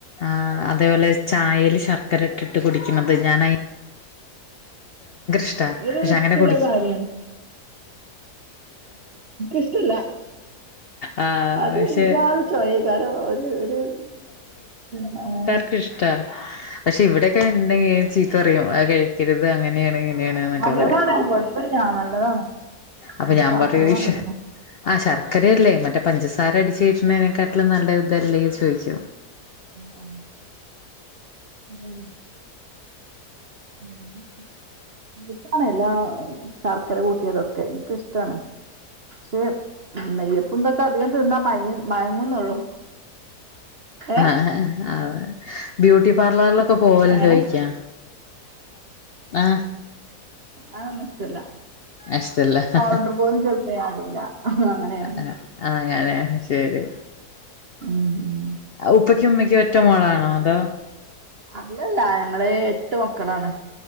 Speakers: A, on the left (about 65°); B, on the right (about 45°).
A: ആഹ് അതേപോലെ ചായേല് ശർക്കര ഇട്ടിട്ട് കുടിക്കണത് ഞാന ഇഷ്ടാ
B: അതൊരു
A: പക്ഷെ
B: റിസ്‌ക്കിള്ള
A: അങ്ങനെ കുടിക്കും
B: കാര്യാണ്. ഇഷ്ടല്ല
A: ആഹ്
B: അതൊരുജാതി
A: പക്ഷെ
B: ചൊയയ്ക്കാരം ഒരു ര് <unintelligible>
A: ‌ക്കിഷ്ടാ പക്ഷെ ഇവിടെയൊക്കെ ഇണ്ടെങ്കി ചീത്ത പറയും അത് കഴിക്കരുത് അങ്ങനെയാണ് ഇങ്ങനെയാണ്ന്നൊക്കെ
B: നല്ലതാണ്
A: പറയും
B: കുഴപ്പമില്ല നല്ലതാണ്
A: അപ്പ ഞാൻ
B: ശർക്കര
A: പറയും വിഷ്
B: നല്ലതല്ല
A: ആഹ് ശർക്കരയല്ലേ മറ്റേ പഞ്ചസാര അടിച്ച് കേറ്റ്നെണെക്കാട്ട്ലും നല്ല ഇതല്ലേ ചോയ്ച്ചും
B: ആ ആഹ് ഉ ഉം ഇക്കാണല്ലാ ശർക്കര കൂട്ടിയതൊക്കെ ഇനക്ക് ഇഷ്ടാണ്. പക്ഷെ നെയ്യ ഇപ്പന്തൊക്കെ അധികം തിന്നാ മ മയങ്ങുന്നുള്ളു ഏഹ
A: ആ ആ ബ്യൂട്ടി പാർലറിലൊക്കെ പോവലുണ്ടോഴിക്കാ,
B: എങ്ങനെ
A: ആഹ
B: ആതോന്നുംഷ്ടല്ല
A: ഇഷ്ടല്ല
B: പൗടർ
A: ആ
B: പോലും ചിലപ്പോ ഞാൻടൂല അങ്ങനെയാണ്
A: ആ ആ അങ്ങനെ ശരി
B: ഉം ഉം
A: ഉപ്പയ്ക്കും ഉമ്മക്കും ഒറ്റ മോളാണോ അതോ
B: അല്ലല്ല ഞങ്ങള് എട്ട് മക്കളാണ്